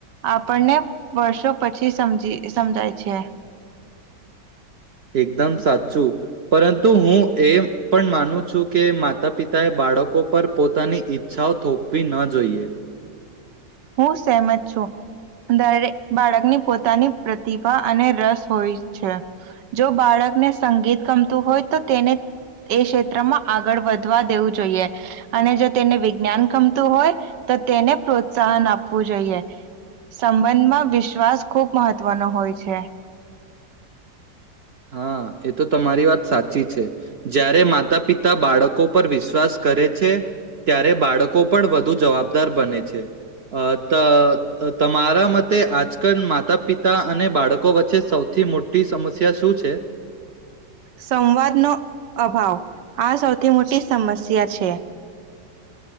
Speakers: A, on the right; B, on the right.
A: આપણને વર્ષો પછી સમજી સમજાય છે.
B: એકદમ સાચું. પરંતુ હું એ પણ માનું છું કે માતા પિતાએ બાળકો પર પોતાની ઈચ્છાઓ થોપવી ન જોઈએ.
A: હું સમત છું દરેક બાળકની પોતાની પ્રતિભા અને રસ હોય છે જો બાળકને સંગીત ગમતું હોય તો તેને એ ક્ષેત્રમાં આગળ વધવા દેવું જોઈએ અને જો તેને વિજ્ઞાન ગમતું હોય તો તેને પ્રોત્સાહન આપવું જોઈએ. સંબંધમાં વિશ્વાસ ખૂબ મહત્વનો હોય છે.
B: હા એ તો તમારી વાત સાચી છે. જ્યારે માતા પિતા બાળકો કો પર વિશ્વાસ કરે છે ત્યારે બાળકો પણ વધુ જવાબદાર બને છે. અ તમારા મતે આજકાલ માતા પિતા અને બાળકો વચ્ચે સૌથી મોટી સમસ્યા શું છે છે?
A: સંવાદ નો અભાવ આ સૌથી મોટી સમસ્યા છે.